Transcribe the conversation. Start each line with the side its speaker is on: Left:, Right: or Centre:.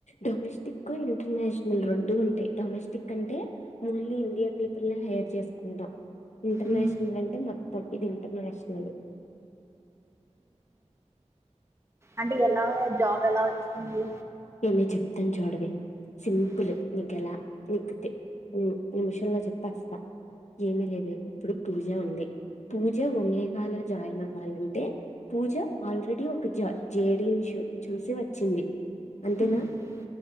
Left: domestic, international రెండూ ఉంటాయ్, డొమెస్టిక్ అంటే ఓన్లీ ఇండి యా పీపుల్లే హైర్ చేసుకుంటాం. ఇంటర్నేషనల్
Right: ఉమ్,
Left: అంటే మొత్తం ఇది ఇంటర్నేషనల్
Right: అంటే ఎలా జాబ్ ఎలా వచ్చింది?
Left: ఏమే చెప్తాను చూడవే, సింపుల్
Right: ఉమ్,
Left: నీకెలా నిక్కుతే నిమిషంలో చెప్పేస్తా ఏమీ లేదే ఇప్పుడు పీజియా ఉంది పూజ ఒమేగాలో జాయిన్ అవ్వాలంటే పూజ ఆల్రెడీ ఒక జ జేడిన్ష్ చూసి వచ్చింది అంతేనా
Right: ఉమ్, ఉమ్,